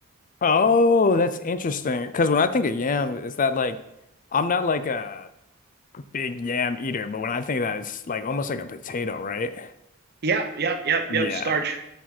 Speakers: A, on the left; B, on the right.
A: Oh, that's interesting. Because when I think of yam, is that like I'm not like a big yam eater, but when I think of that it's like almost like a potato, right?
B: Yep, yep, yep,
A: Yeah.
B: yep. Starch.